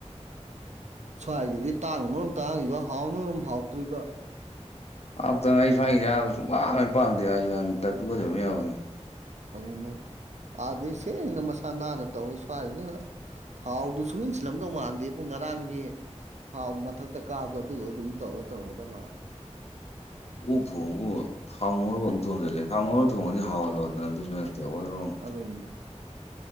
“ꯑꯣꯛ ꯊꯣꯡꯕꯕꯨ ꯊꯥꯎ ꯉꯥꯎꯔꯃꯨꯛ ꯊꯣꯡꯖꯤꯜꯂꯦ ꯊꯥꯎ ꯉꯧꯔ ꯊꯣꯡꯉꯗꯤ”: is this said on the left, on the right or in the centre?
Left